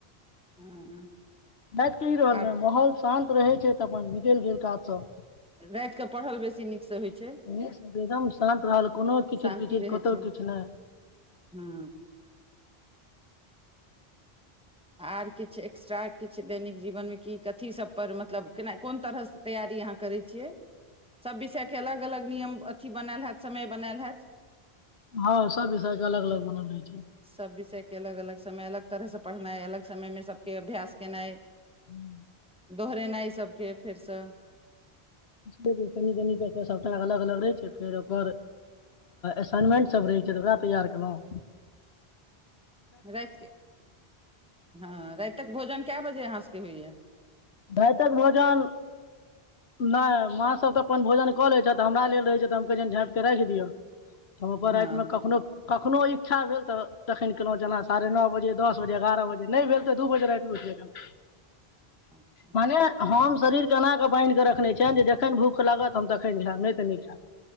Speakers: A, in the centre; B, on the left.
A: हँ।
B: ब की रहलल
A: आर
B: माहौल। शान्त रहै छै तऽ अपन निकलि गेल काज सब।
A: रातिके पढ़ल बेसी नीकसँ होइ छै
B: नीक छै एकदम शान्त रहल कोनो कीचिड़
A: शान्ति
B: कीचिड़
A: रहै
B: कतहु
A: छै
B: किछु नहि
A: हँ। आर किछु एक्स्ट्रा किछु दैनिक जीवनमे की कथी सभपर मतलब केना कोन तरहसँ तैयारी अहाँ करै छियै सभ विषयके अलग अलग नियम अथी बनायल हैत समय बनायल हैत।
B: हँ सब विषयके अलग अलग बनल रहै छै।
A: सब विषय अलग अलग समय अलग तरह प ना अलग समय मे सबके अभ्यास केनाइ।
B: हू।
A: दोहरेनाइइ सभके फेरसँ
B: म कनि कनि कऽ कऽ सभटाक अलग अलग रहै छै फेर ओकर असाइनमेंटसभ रहै छै तऽ ओकरा तैयार कयलहुँ।
A: रातिके हँ रातिक भोजन कए बजे अहाँसभके होइए।
B: भइतक भोजन नहि माँ सब तऽ अपन भोजन कऽ लै छथि हमरा लेल। रहै छै तऽ हमक जनि झप करैखे दियौ। <unintelligible> त हम अपन
A: हँ
B: रातिमे कखनो। <unintelligible> कखनहु इच्छा भेल तऽ तखन कलहुँ जेना साढ़े नओ बजे दस बजे एगारह बजे नहि भेल तऽ दू बजे राति उैठबै। <unintelligible>
A: अच्छा
B: मने हम। <unintelligible> शरीरके एन कऽ बान्हि कऽ रखने छियनि जे जखन भूख लागत हम तखन खायब नहि तऽ नीक खयब।